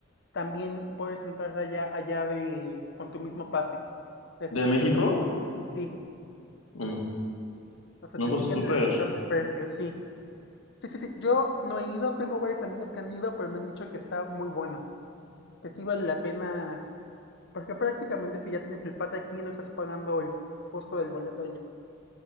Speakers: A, on the left (about 60°); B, on the left (about 80°).
A: también puedes entrar allá, allá de, con tu mismo pase. Te
B: ¿De
A: siguen
B: México?
A: res- sí,
B: Mm,
A: o sea,
B: no,
A: te
B: pues
A: siguen
B: súper.
A: respetando el precio, sí. Sí, sí, sí. Yo no he ido, tengo varios amigos que han ido, pero me han dicho que está muy bueno, que sí vale la pena, porque prácticamente si ya tienes el pase aquí no estás pagando el costo del boleto allá.